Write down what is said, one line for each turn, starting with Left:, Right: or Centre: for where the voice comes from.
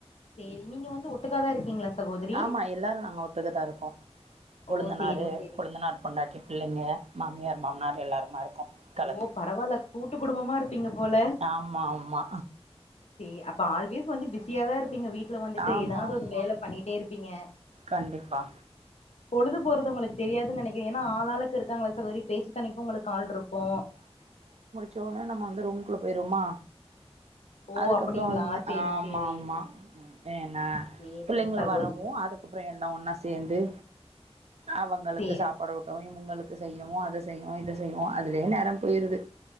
Left: சேரி நீங்க வந்து ஒட்டுக்காதா இருக்கீங்களா சகோதரி
Right: ஆமா எல்லாரு நாங்க ஒட்டுக்காதா இருக்கோ கொளுந்தனாரு
Left: ஓ சேரிங்க சேரிங்க
Right: கொளுந்தனார் பொண்டாட்டி பிள்ளிங்க மாமியார் மாமனார் எல்லாருமா இருக்கோ கலந்து
Left: ஓ பரவால்ல கூட்டு குடும்பமா இருப்பீங்க போல
Right: ஆமா ஆமா
Left: சே அப்ப ஆல்வேஸ் வந்து பிஸியா தா இருப்பீங்க வீட் ட்டுல வந்துட்டு
Right: ஆமா
Left: ஏதாவது
Right: ஆமா
Left: ஒரு வேல பண்ணிட்டே இருப்பீங்க
Right: கண்டிப்பா
Left: பொழுது போறது உங்களுக்கு தெரியாதுன்னா நெனைக்க ஏன்னா ஆளாளுக்கு இருக்காங்கள சகோதரி பேச்சு தொனைக்கு உங்களுக்கு ஆள் இருக்கு
Right: சோனே நம்ம வந்து ரூமுக்குள்ள போயிருவோமா
Left: ஓ
Right: அதுக்கப்றோ
Left: அப்டிங்களா
Right: வந்து
Left: சேரி
Right: ஆமா
Left: சேரி
Right: ஆமா ஏன்னா
Left: சேரிங்க
Right: பிள்ளைங்க
Left: சகோதரி
Right: வரவு அதுக்கப்றோ எல்லாம் ஒன்னா சேந்து அவங்களுக்கு
Left: சேரி
Right: சாப்பாடு ஊட் டவு இவங்களுக்கு செய்யவு அத செய்யவு இத செய்யவு அதுலயே நேரம் போயிருது